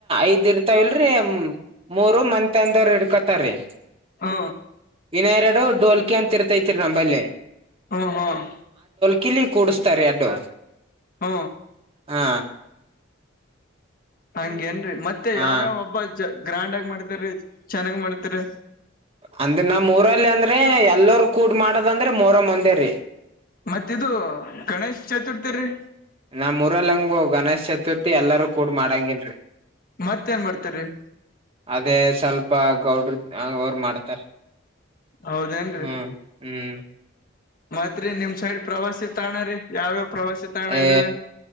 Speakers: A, on the right; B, on the left.
A: ಐದ್ ಇರ್ತಾವಲ್ರಿ ಮೂರು ಮಂತನದವ್ರ ಹಿಡ್ಕೊತಾರೀ.
B: ಹ್ಮ
A: ಇನ್ನ ಎರಡು ಡೋಲ್ಕಿ ಅಂತ ಇರ್ತೈತ್ರಿ ನಂಬಲ್ಲಿ
B: ಹ್ಮ ಹ್ಮ್
A: ಕಿಲಿ ಕೂಡಸ್ತಾರೆ ಯಾಡ್ಡು.
B: ಹ್ಮ
A: ಹಾ
B: ಹಂಗೆನ್ರೀ ಮತ್ತೆ
A: ಹಾ
B: ಯಾವ್ಯಾವ ಹಬ್ಬ ಚ ಗ್ರ್ಯಾಂಡ್ ಆಗಿ ಮಾಡ್ತಾರಿ ಚೆನ್ನಾಗ್ ಮಾಡ್ತೀರಿ.
A: ಅಂದ್ರ ನಮ್ಮ ಊರಲ್ಲಿ ಅಂದ್ರೆ ಎಲ್ಲರು ಕೂಡ್ ಮಾಡದಂದ್ರೆ ಮೊಹರಂ ಒಂದೇರೀ.
B: ಮತ್ತ ಇದು ಗಣೇಶ್ ಚತುರ್ಥಿ ರೀ.
A: ನಮ್ಮೂ ಊರಲ್ಲಂಗು ಗಣೇಶ್ ಚತುರ್ಥಿ ಎಲ್ಲಾರೂ ಕೂಡ್ ಮಾಡಾಂಗಿಲ್ರಿ.
B: ಮತ್ತೇನ್ ಮಾಡ್ತಾರೀ
A: ಅದೇ ಸ್ವಲ್ಪ ಗೌಡ್ರ ಆ ಅವರ ಮಾಡ್ತಾರಿ
B: ಹೌದೇನ್ರಿ
A: ಹ್ಮ್ ಹ್ಮ್.
B: ಮತ್ರಿ ನಿಮ್ ಸೈಡ್ ಪ್ರವಾಸಿ ತಾಣರಿ ಯಾವ್ಯಾವ ಪ್ರವಾಸಿ ತಾಣ
A: ಏ
B: ಇದಾವೆ